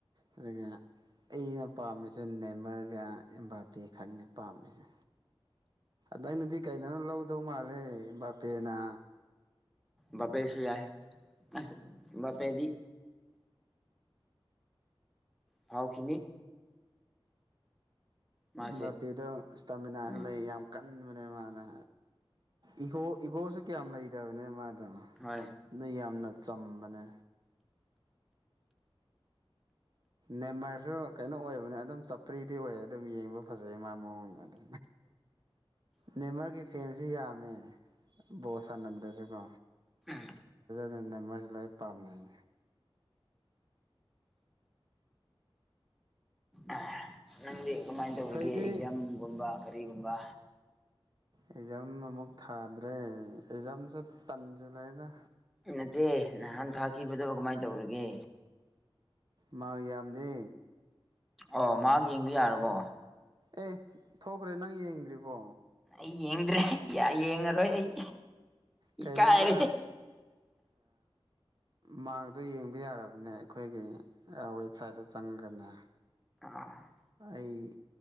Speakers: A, on the right; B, in the centre.
A: ꯑꯗꯨꯒ ꯑꯩꯅ ꯄꯥꯝꯃꯤꯁꯦ ꯅꯦꯃꯔꯒ ꯏꯕꯥꯄꯤ ꯈꯛꯅꯤ ꯄꯥꯝꯃꯤꯁꯦ ꯅꯪꯅꯗꯤ ꯀꯩꯅꯣꯪ ꯂꯧꯗꯧ ꯃꯥꯜꯂꯦ ꯕꯥꯄꯦꯅ
B: ꯕꯄꯦꯁꯨ ꯌꯥ ꯑꯁ ꯕꯄꯦꯗꯤ ꯐꯥꯎꯈꯅꯤꯤ ꯃꯥꯁꯦ
A: ꯕꯥꯄꯤꯦꯗ ꯏꯁꯇꯥꯃꯤꯅꯥꯁꯨ
B: ꯎꯝ
A: ꯂꯩ ꯌꯥꯝ ꯀꯟꯅ ꯏ ꯏꯒꯣꯁꯨ ꯀꯌꯥꯝ ꯂꯩꯇꯕꯅꯦ ꯃꯥꯅ
B: ꯍꯣꯏ
A: ꯅ ꯌꯥꯝꯅ ꯆꯝꯕꯅ ꯅꯦꯝꯃꯔꯁꯨ ꯀꯩꯅꯣ ꯑꯣꯏꯕꯅꯦ ꯑꯗꯨꯝ ꯆꯄ꯭ꯔꯤꯗꯤ ꯑꯣꯏꯌꯦ ꯑꯗꯨꯝ ꯌꯦꯡꯕ ꯐꯖꯩ ꯃꯥ ꯃꯑꯣꯡꯗ ꯑꯗꯨ ꯅꯦꯃꯔꯒ ꯏꯐ ꯐꯦꯟꯁꯤ ꯌꯥꯝꯃꯦ ꯕꯣꯁ ꯁꯥꯟꯅꯝꯗꯁꯨꯀꯣ
B: ꯎꯝ
A: ꯑꯗꯨꯅꯃꯁꯨ ꯂꯣꯏ ꯄꯥꯝꯅꯩ
B: ꯑ ꯅꯪꯗꯤ ꯀꯃꯥꯏꯅ
A: ꯑꯩꯈꯣꯏꯗꯤ
B: ꯇꯧꯔꯤꯒꯦ ꯑꯦꯛꯖꯥꯝꯒꯨꯝꯕ ꯀꯔꯤꯒꯨꯝꯕ
A: ꯑꯦꯛꯖꯥꯝ ꯑꯃꯨꯛ ꯊꯥꯗ꯭ꯔꯦ ꯑꯦꯛꯖꯥꯝꯁꯦ ꯇꯟꯁꯤꯂꯗ
B: ꯅꯠꯇꯦ ꯅꯍꯥꯟ ꯊꯥꯈꯤꯕꯗꯣ ꯀꯃꯥꯏꯅ ꯇꯧꯔꯒꯦ
A: ꯃꯥ ꯌꯥꯝꯗꯦ
B: ꯑꯣ ꯃꯥ ꯌꯦꯡꯕ ꯌꯥꯔꯕꯣ
A: ꯑꯦ ꯊꯣꯛꯈ꯭ꯔꯦ ꯅꯪ ꯌꯦꯡꯗ꯭ꯔꯤꯕꯣ
B: ꯑꯩ ꯌꯦꯡꯗ꯭ꯔꯦ ꯌꯦꯡꯉꯔꯣꯏ ꯑꯩ
A: ꯀꯩꯅꯣꯗ
B: ꯏꯀꯥꯏꯔꯦ
A: ꯃꯥꯔꯗꯣ ꯌꯦꯡꯕ ꯌꯥꯔꯕꯅꯦ ꯑꯩꯈꯣꯏꯒꯤ ꯋꯦꯕꯁꯥꯏꯠꯇ ꯆꯪꯉꯒꯅꯦ
B: ꯑ
A: ꯑꯩ